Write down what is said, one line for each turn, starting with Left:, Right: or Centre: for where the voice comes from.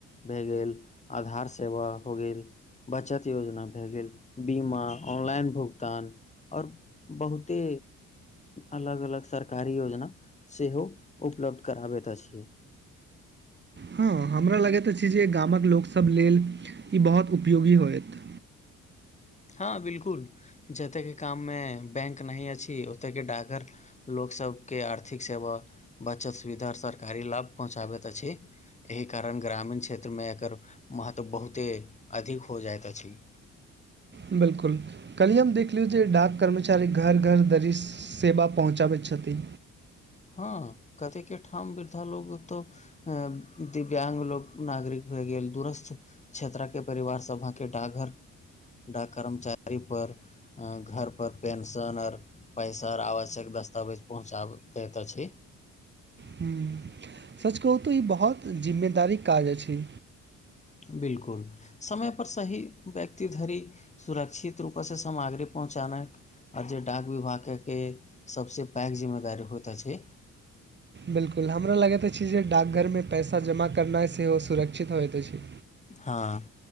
Left: भए गेल आधार सेवा हो गेल बचत योजना भए गेल बीमा ऑनलाइन भुगतान और बहुते अलग अलग सरकारी योजना सेहो उपलब्ध कराबैत अछि
Right: हँ हमरा लगैत अछि जे गामक लोकसब लेल ई बहुत उपयोगी होयत
Left: हँ बिलकुल जतेके काममे बैंक नहि अछि ओतयके डाकघर लोकसबके आर्थिक सेवा बचत सुविधा सरकारी लाभ पहुँचाबैत अछि एहि कारण ग्रामीण क्षेत्र मे एकर महत्व बहुते अधिक हो जाइत अछि
Right: बिलकुल काल्हि हम देख लियौ जे डाक कर्मचारी घर घर दरि सेवा पहुँचाबैत छथि
Left: हँ कतेके ठाम वृद्धा लोग ओतऽ हँ दिव्याङ्ग लोक नागरिक भए गेल दुरस्त क्षेत्रा के परिवार सभा के डाकघर डाक कर्मचारी पर घरपर पेंशन आर पैसा आ आवश्यक दस्तावेज पहुँचाबै तऽ एतऽ छइ
Right: ह सच कहू तऽ ई बहुत जिम्मेदारी काज अछि
Left: बिलकुल समयपर सही व्यक्ति धरि सुरक्षित रूपस सँ सामग्री पहुँचानक आओर जे डाक विभागके के सबसँ पैघ जिम्मेदारी होइत अछि
Right: बिल्कुल हमरा लगैत अछि जे डाकघर मे पैसा जमा करनाइ सेहो सुरक्षित होइत अछि
Left: हँ